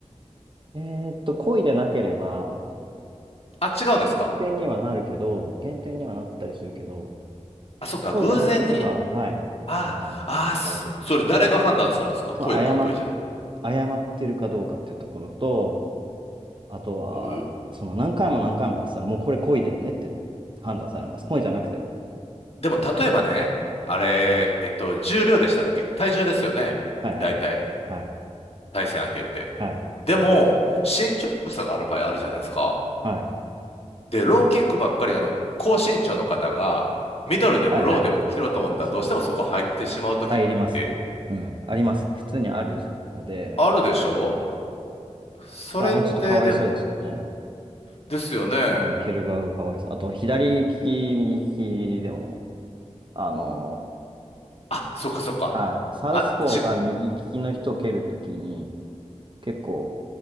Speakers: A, on the right (about 45°); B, on the left (about 55°).
A: いえーっと、故意でなければ、
B: あ、違うんですか
A: 減点にはなるけど、減点にはなったりするけど、
B: あ、そっか、
A: 故意でなければ、
B: 偶然に。
A: はい、
B: あ、
A: あの、
B: あ、すそれ誰が判断するんですか恋か恋じゃ。
A: 大丈夫ですね。そう、謝っ、謝ってるかどうかっていうところと、あとは、
B: う
A: その何回も何回もやってたら、
B: お
A: もうこれ恋だよねって判断されます。恋じゃなくても。
B: でも、例えばね、あれ、えっと、重量でしたっけ体重ですよね。
A: はいはいはい。
B: 大体、
A: はい。
B: 対戦相手って。
A: はい。
B: でも、身長差がある場合あるじゃないですか。
A: はい。
B: で、ローキックばっかり、あの、高身長の方が、ミドルでもローでも切ろうと思ったら、
A: はいはいはい。そうです、そうです。
B: どうしてもそこ入ってしまう時って
A: 入りますね。うん。あります。普通にあるので、
B: あるでしょそれって、
A: まあ、まあちょっとかわいそうですよね。
B: でですよね。
A: うん、蹴る側がかわいそう。あと、左利き、右利きでも、あの、
B: あ、そっかそっか。
A: はい。サウスポーが右利きの人を蹴るときに、
B: あ、じ、
A: 結構